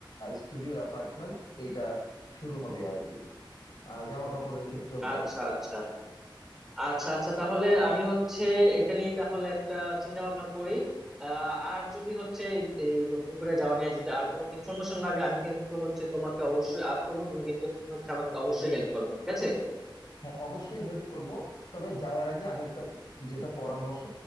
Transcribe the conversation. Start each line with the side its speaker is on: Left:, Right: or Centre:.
Left: স্টুডিও অ্যাপার্টমেন্ট এটা শুরু হবে আর কি আহ জামা কাপড়ের ক্ষেত্রেও তাই
Centre: আচ্ছা আচ্ছা আচ্ছা আচ্ছা তাহলে আমি হচ্ছে এটা নিয়ে তাহলে একটা চিন্তা ভাবনা করি আহ, আর যদি হচ্ছে এই এই দক্ষিণ কোরিয়া যাওয়া নিয়ে যদি আর কোনো ইনফরমেশন লাগে আমি কিন্তু হচ্ছে তোমাকে অবশ্যই আজ করবো তুমি কিন্তু হচ্ছে আমাকে অবশ্যই হেল্প করবে ঠিক আছে
Left: হ্যাঁ অবশ্যই হেল্প করব তবে যাওয়ার আগে আমি একটা যেটা পরামর্শ